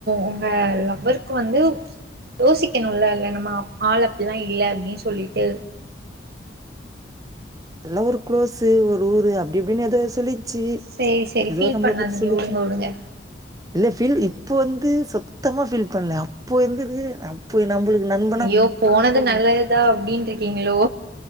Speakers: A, on the right (about 55°); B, on the right (about 20°).
A: உங்க லவ்வர்க்கு வந்து யோசிக்கணுல இல்ல நம்ம ஆள் அப்டிலா இல்ல அப்டின் சொல்லிட்டு
B: எல்லா ஒரு குளோஸு ஒரு ஊரு அப்டி இப்டின்னு எதோ சொல்லி சி
A: சேரி சேரி
B: எதோ
A: ஃபீல்
B: நம்மள
A: பண்ணாதீங்க
B: பத்தி சொல்லிச்சு
A: வுடுங்க வுடுங்க
B: இல்லை ஃபீல் இப்போ வந்து சுத்தமா ஃபீல் பண்ணல அப்போ இருந்தது அ இப்போ நம்புளுக்கு நம்
A: ஐயோ போனது நல்லதுதா அப்டின்னு இருக்கீங்களோ